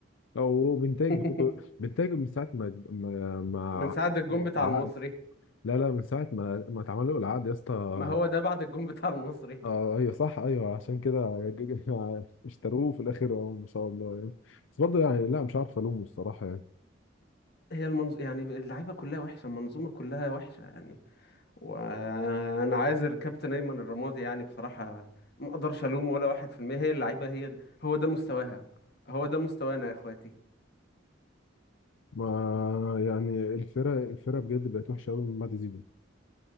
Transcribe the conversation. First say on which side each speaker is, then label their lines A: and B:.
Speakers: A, on the left (about 75°); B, on the left (about 55°).
A: أو بنتاج
B: <laughs>
A: برضه بنتاج من ساعة ما ما ما
B: من ساعة الجون
A: العقد
B: بتاع المصري
A: لا لا من ساعة ما ما اتعمل له العقد يا اسطى
B: ما هو ده بعد الجون بتاع المصري
A: اه ايوه صح ايوه عشان كده <laughs> ج- ج- اشتروه في الاخر اه ما شاء الله يعني بس برضه يعني لا مش عارف الومه الصراحة يعني
B: هي المنظ... يعني اللعيبة كلها وحشة المنظومة كلها وحشة يعني وأنا عايزر كابتن أيمن الرمادي يعني بصراحة ما أقدرش ألوم ولا واحد في المية هي اللعيبة هي ال- هو ده مستواها هو ده مستوانا يا إخواتي
A: ما يعني الفرق الفرق بجد بقت وحشه قوي من بعد زيزو